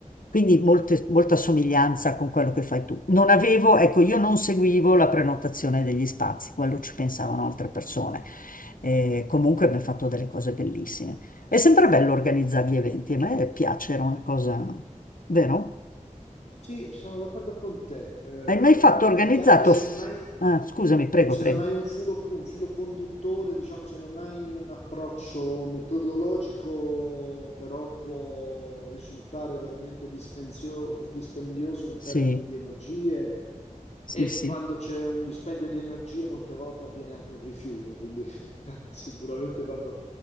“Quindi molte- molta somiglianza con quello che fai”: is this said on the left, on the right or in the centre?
Left